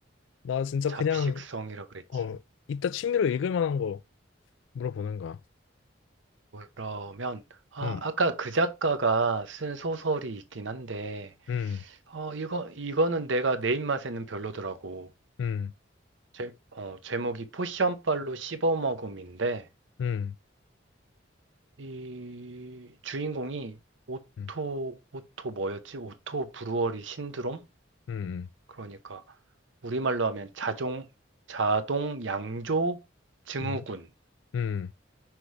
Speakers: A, on the left; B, on the right.
A: 나 진짜
B: 잡식성이라
A: 그냥,
B: 그랬지.
A: 어, 이따 취미로 읽을 만한 거 물어보는 거야.
B: 그러면, 아,
A: 음,
B: 아까 그 작가가 쓴 소설이 있긴 한데,
A: 음,
B: 어, 이거, 이거는 내가 내 입맛에는 별로더라고.
A: 음,
B: 제, 어, 제목이 포션빨로 씹어먹음인데
A: 음,
B: 이 주인공이 오토
A: 음,
B: 오토 뭐였지? 오토 브루어리 신드롬?
A: 음,
B: 그러니까 우리말로 하면 자동 자동 양조 증후군.
A: 음, 음,